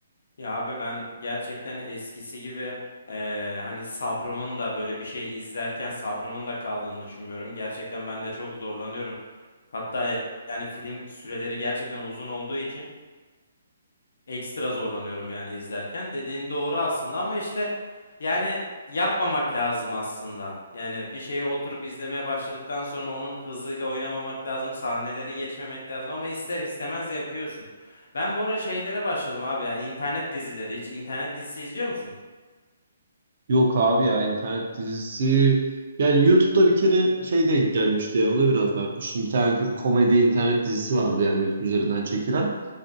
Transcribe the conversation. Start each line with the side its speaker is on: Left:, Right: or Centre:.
Left: Ya abi ben gerçekten eskisi gibi eee, hani sabrımın da böyle bir şey izlerken sabrımın da kaldığını düşünmüyorum. Gerçekten ben de çok zorlanıyorum. Hatta ya- yani film süreleri gerçekten uzun olduğu için ekstra zorlanıyorum yani izlerken. Dediğin doğru aslında ama işte yani yapmamak lazım aslında. Yani bir şeyi oturup izlemeye başladıktan sonra onun hızıyla oynamamak lazım, sahneleri geçmemek lazım ama ister istemez yapıyorsun. Ben bu ara şeylere başladım abi ya internet dizileri. Hiç internet dizisi izliyor musun?
Right: Yok abi ya internet dizisi. Yani YouTube'da bir kere şey denk gelmişti ya ona biraz bakmıştım. Bir tane Türk komedi internet dizisi vardı yani YouTube üzerinden çekilen.